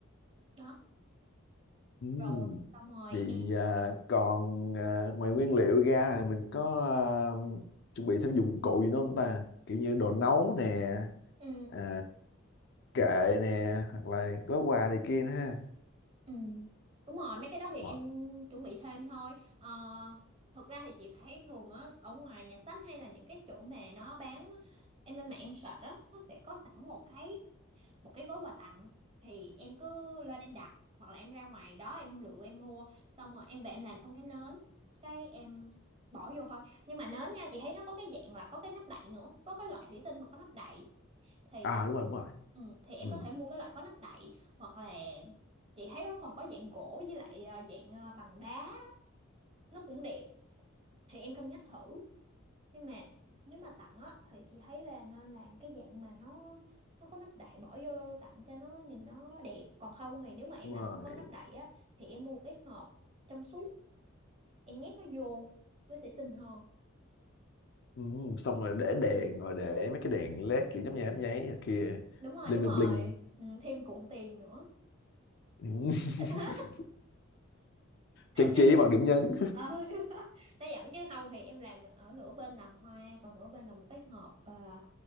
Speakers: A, on the right; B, on the left.
A: đó
B: Ừm,
A: rồi xong rồi
B: Vậy
A: em
B: à, còn à, ngoài nguyên liệu ra thì mình có à, chuẩn bị thêm dụng cụ gì nữa không ta? Kiểu như đồ nấu nè,
A: ừ,
B: à, kệ nè, hoặc là gói quà này kia nữa ha.
A: ừ. đúng rồi mấy cái đó thì em
B: Wow.
A: chuẩn bị thêm thôi ờ, thực ra thì chị thấy thường á ở ngoài nhà sách hay là những cái chỗ mà nó bán em lên mạng em search á nó sẽ có sẵn một cái một cái gói quà tặng thì em cứ lên em đặt hoặc là em ra ngoài đó em lựa em mua xong rồi em về em làm xong cái nến cái em bỏ vô thôi nhưng mà nến nha chị thấy nó có cái dạng là có cái nắp đậy nữa có cái loại thủy tinh mà có nắp đậy thì
B: À đúng rồi, đúng rồi.
A: ừ, thì em
B: Ừ,
A: có thể mua cái loại có nắp đậy hoặc là chị thấy nó còn có dạng gỗ với lại ờ, dạng ờ, bằng đá nó cũng đẹp thì em cân nhắc thử nhưng mà nếu mà tặng á thì chị thấy là nên làm cái dạng mà nó nó có nắp đậy bỏ vô tặng cho nó nhìn nó đẹp còn không thì nếu mà em
B: đúng
A: làm
B: rồi.
A: không có nắp đậy á thì em mua một cái hộp trong suốt em nhét nó vô nó sẽ xinh hơn
B: Ừ, xong rồi để đèn, rồi để mấy cái đèn LED kiểu nhấp nháy nhấp nháy này kia,
A: đúng rồi
B: bling
A: đúng
B: bling
A: rồi
B: bling.
A: ừ, thêm cuộn tiền nữa
B: Ừ. <laughs>
A: <laughs>
B: Trang
A: đấy
B: trí bằng điểm nhấn,
A: ờ <laughs> đấy dẫn chứ không thì em làm ở nửa bên là hoa còn nửa bên là một cái hộp à,